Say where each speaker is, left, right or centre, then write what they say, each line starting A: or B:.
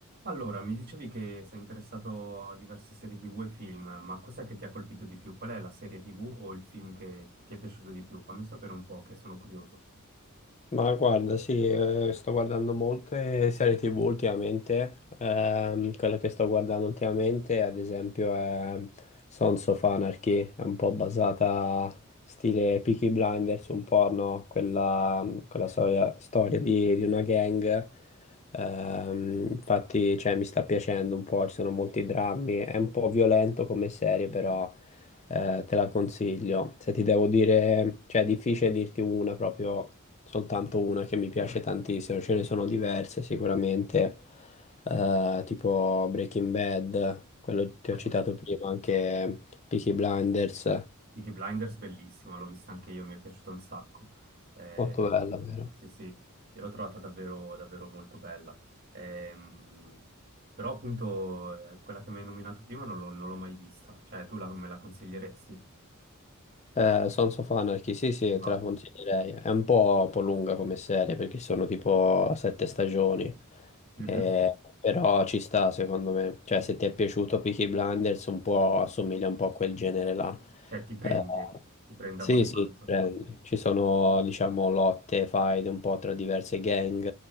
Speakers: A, on the right; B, on the left.
A: Allora, mi dicevi che sei interessato a diverse serie TV e film, ma cos'è che ti ha colpito di più? Qual è la serie TV o il film che ti è piaciuto di più? Fammi sapere un po', che sono curioso.
B: Ma guarda, sì, eh, sto guardando molte serie TV ultimamente. Ehm, quella che sto guardando ultimamente, ad esempio, è Sons of Anarchy, è un po' basata stile Peaky Blinders, un po', no? Quella, quella storia, storia di, di una gang. Ehm, infatti, cioè, mi sta piacendo un po', ci sono molti drammi. È un po' violento come serie, però. Eh, te la consiglio. Se ti devo dire, cioè è difficile dirti una proprio soltanto una che mi piace tantissimo, ce ne sono diverse sicuramente, eh, tipo Breaking Bad, quello che ti
A: Eh,
B: ho citato prima, anche Peaky Blinders,
A: Peaky Blinders, bellissima, l'ho vista anche io, mi è piaciuta un sacco. Eh,
B: molto bella, vero?
A: sì, sì, io l'ho trovata davvero, davvero molto bella. Ehm, però appunto eh, quella che mi hai nominato prima non l'ho non l'ho mai vista, cioè tu la- me la consiglieresti?
B: Eh, Sons of Anarchy, sì, sì,
A: Esatto.
B: te la consiglierei. È un po', un po' lunga come serie perché sono tipo sette stagioni,
A: Mhm.
B: Eh, però ci sta secondo me. Cioè, se ti è piaciuto Peaky Blinders, un po' assomiglia un po' a quel genere là.
A: Cioè ti prende,
B: Eh,
A: ti prende
B: sì,
A: abbastanza.
B: sì, prende. ci sono, diciamo, lotte, faide un po' tra diverse gang,